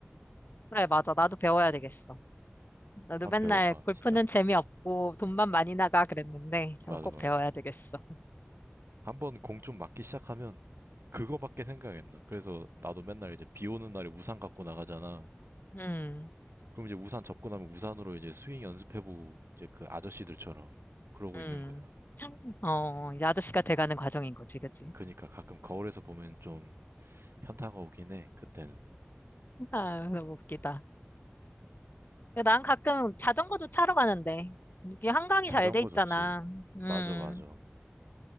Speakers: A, on the left; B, on the right.
A: 그래, 맞아. 나도 배워야 되겠어. 나도
B: 한번
A: 맨날
B: 배워봐,
A: 골프는
B: 진짜.
A: 재미없고 돈만 많이 나가 그랬는데
B: 맞아,
A: 저는 꼭
B: 맞아.
A: 배워야 되겠어.
B: 한 번 공 좀 맞기 시작하면 그거밖에 생각 안 나. 그래서 나도 맨날 이제 비 오는 날에 우산 갖고 나가잖아.
A: 음,
B: 그럼 이제 우산 접고 나면 우산으로 이제 스윙 연습해보고 이제 그 아저씨들처럼 그러고
A: 음.
B: 있는 거야.
A: 어, 이제 아저씨가 돼가는 과정인 거지, 그치?
B: 그러니까 가끔 거울에서 보면 좀 현타가 오긴 해. 그때는.
A: 아, 너무 웃기다. 난 가끔 자전거도 타러 가는데, 이게 한강이
B: 자전거
A: 잘 돼 있잖아.
B: 좋지.
A: 음,
B: 맞아, 맞아.